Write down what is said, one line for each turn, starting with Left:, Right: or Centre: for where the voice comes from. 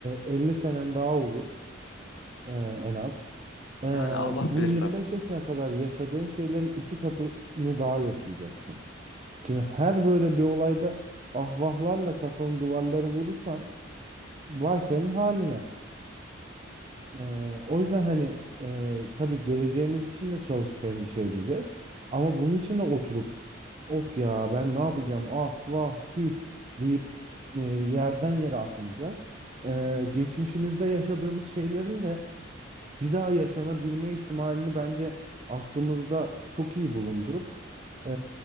Right: 50 senen daha olur e, en az. Ee,
Left: Yani Allah
Right: bu
Left: bilir
Right: 25
Left: tabii.
Right: yaşına kadar yaşadığın şeylerin iki katını daha yaşayacaksın. Şimdi her böyle bir olayda ahvahlarla kafanın duvarları vurursan vay senin haline. Ee, o yüzden hani e, tabii geleceğimiz için de çalışıp endişe edeceğiz. Ama bunun için de oturup of ya ben ne yapacağım ah vah tüh deyip e, yerden yere atmayacağız. Ee, geçmişimizde yaşadığımız şeylerin de bir daha yaşanabilme ihtimalini bence aklımızda çok iyi bulundurup e,